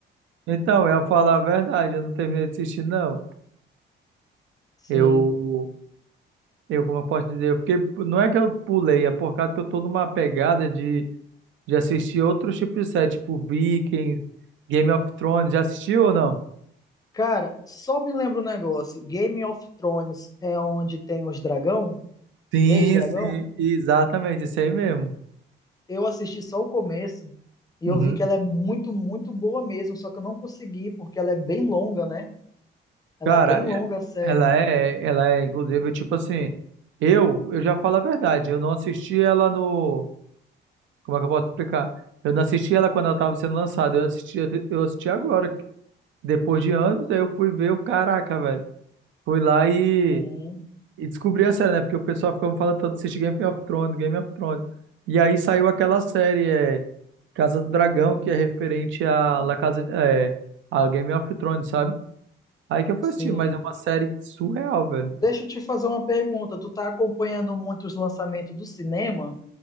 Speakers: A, on the right (about 75°); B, on the left (about 20°).
A: Então, eu ia falar a verdade, eu não terminei de assistir, não.
B: Sim.
A: Eu, eu, como eu posso dizer, eu fiquei. Não é que eu pulei, é por causa que eu tô numa pegada de, de assistir outros tipos de série, tipo Vikings, Game of Thrones. Já assistiu ou não?
B: Cara, só me lembra um negócio. Game of Thrones é onde tem os dragão?
A: Sim,
B: Três dragão?
A: sim, exatamente, isso aí mesmo.
B: eu assisti só o começo e
A: Uhum.
B: eu vi que ela é muito, muito boa mesmo, só que eu não consegui, porque ela é bem longa, né? Ela
A: Cara,
B: é bem longa
A: é-
B: a série.
A: ela é, ela é, inclusive, tipo assim, eu, eu já falo a verdade, eu não assisti ela no. Como é que eu posso explicar? Eu não assisti ela quando ela estava sendo lançada, eu assisti, eu assisti agora, depois de anos, aí eu fui ver o caraca, velho. Fui lá e,
B: Uhum,
A: e descobri a série, né? Porque o pessoal ficava falando tanto, assiste Game of Thrones, Game of Thrones. E aí saiu aquela série, é, Casa do Dragão, que é referente a La Casa, é, a Game of Thrones, sabe? Aí que eu fui
B: sim.
A: assistir, mas é uma série surreal, velho.
B: Deixa eu te fazer uma pergunta. Tu tá acompanhando muito os lançamentos do cinema